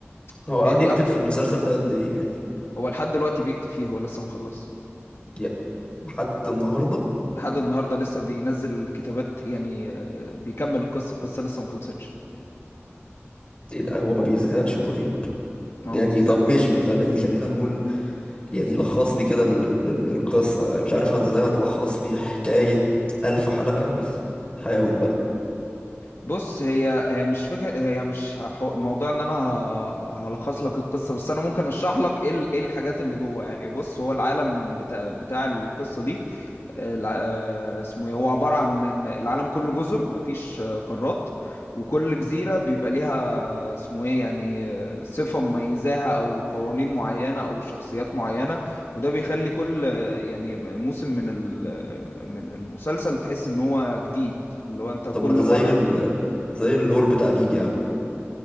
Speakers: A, on the left; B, on the left.
A: فهي
B: هو قاعد
A: دي
B: يكتب
A: اكتر
B: في المسلسل ده قد إيه يعني
A: هو لحد دلوقتي بيكتب فيه هو لسه مخلص
B: يا- لحد النهاردة
A: لحد النهارده لسه بينزل كتابات يعني آه، بيكمل القصه القصه لسه ما خلصتش
B: إيه ده هو ما بيزهقش طيب
A: ما
B: يعني
A: هو بيزق
B: طب ماشي طب يعني خلينا نقول يعني لخص لي كده ال- ال- ال- القصة يعني مش عارف ازاي هتلخص لي حكاية ألف حلقة بس حاول بقى.
A: بص هي هي مش فكره هي مش حو... موضوع ان انا ه- هلخص لك القصه بس انا ممكن اشرح لك ايه ال- ايه الحاجات اللي جوه يعني بص هو العالم بتاع بتاع القصه دي آه، الع- آه، اسمه ايه هو عبارة عن ان العالم كله جزر مفيش آه، قارات وكل جزيرة بيبقى ليها اسمه ايه يعني آه، صفة مميزاها او قوانين معينة او شخصيات معينة وده بيخلي كل آه، يعني موسم من ال- آه، من المسلسل تحس ان هو جديد اللي هو انت
B: طب
A: كل
B: ما ده زي
A: مرة
B: ال...
A: بت...
B: زي
A: مم.
B: اللور بتاع ليج يا عم